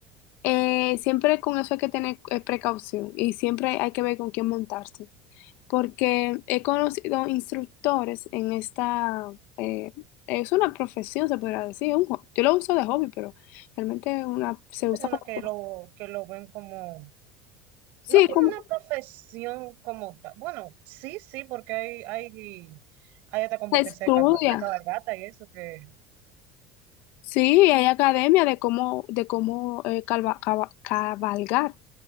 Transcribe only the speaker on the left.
eh, siempre con eso hay que tener eh, precaución y siempre hay que ver con quién montarse. porque he conocido instructores en esta, eh, es una profesión, se podría decir, un ho- yo lo uso de hobby, pero realmente una, se
usa como,
sí,
como
se estudia,
sí, hay academia de cómo, de cómo eh, calva- cava- cabalgar.